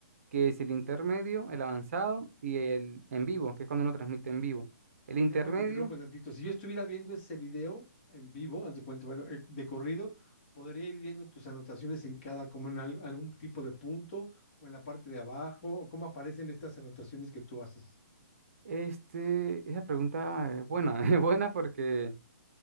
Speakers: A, on the right; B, on the left.
A: que es el intermedio, el avanzado y el en vivo, que es cuando uno transmite en vivo. El intermedio,
B: Déjame te interrumpo un tantito. Si yo estuviera viendo ese video en vivo, haz de cuenta, bueno, eh, de corrido, podría ir viendo tus anotaciones en cada, como en al- algún tipo de punto o en la parte de abajo, o cómo aparecen estas anotaciones que tú haces.
A: este, esa pregunta es buena, <laughs> es buena porque